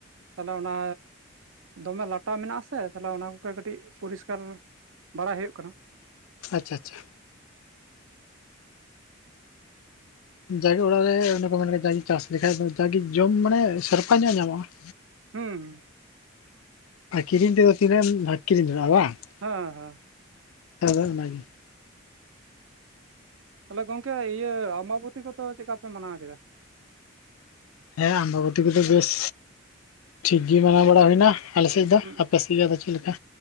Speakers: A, on the right; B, on the left.
A: ᱛᱟᱦᱞᱮ ᱚᱱᱟ ᱫᱚᱢᱮ ᱞᱟᱴᱟ ᱢᱮᱱᱟᱜ ᱥᱮ ᱛᱟᱦᱞᱮ ᱚᱱᱟ ᱠᱚᱜᱮ ᱠᱟᱹᱴᱤᱡ ᱯᱚᱨᱤᱥᱠᱟᱨ ᱵᱟᱲᱟ ᱦᱩᱭᱩᱜ ᱠᱟᱱᱟ ᱾
B: ᱟᱪᱪᱷᱟ ᱟᱪᱪᱷᱟ ᱪᱷᱟ ᱡᱟᱜᱮ ᱚᱲᱟᱜ ᱨᱮ ᱚᱱᱮ ᱠᱚ ᱢᱮᱱᱟ ᱡᱟᱜᱮ ᱪᱟᱥ ᱞᱮᱠᱟᱱᱡ ᱫᱚ ᱡᱟᱜᱮ ᱡᱚᱢ ᱢᱟᱱᱮ ᱥᱮᱨᱯᱟ ᱧᱚᱜ ᱧᱟᱢᱚᱜᱼᱟ ᱾
A: ᱦᱮᱸ
B: ᱟᱨ ᱠᱤᱨᱤᱧ ᱛᱮᱫᱚ ᱛᱤᱱᱟᱹᱜ ᱮᱢ ᱠᱤᱨᱤᱧ ᱡᱚᱝᱟᱜᱼᱟ ᱵᱟᱝ ᱾
A: ᱦᱟᱸ ᱦᱟᱸ
B: ᱦᱮᱸ ᱚᱱᱟᱜᱮ ᱾
A: ᱛᱟᱞᱮ ᱜᱚᱝᱠᱮ ᱤᱭᱟᱹ ᱟᱢᱵᱟᱵᱚᱛᱤ ᱠᱚᱫᱚ ᱪᱮᱫ ᱠᱟ ᱯᱮ ᱢᱟᱱᱟᱣ ᱠᱮᱫᱟ?
B: ᱦᱮᱸ ᱟᱢᱵᱟᱵᱚᱛᱤ ᱠᱚᱫᱚ ᱵᱮᱥ ᱴᱷᱤᱠ ᱜᱮ ᱢᱟᱱᱟᱣ ᱵᱟᱲᱟ ᱦᱩᱭᱱᱟ ᱾ ᱟᱞᱮᱥᱮᱫ ᱫᱚ,
A: ᱦᱩᱸ
B: ᱟᱯᱮ ᱥᱤ ᱜᱮ ᱟᱫᱚ ᱪᱮᱫ ᱞᱮᱠᱟ?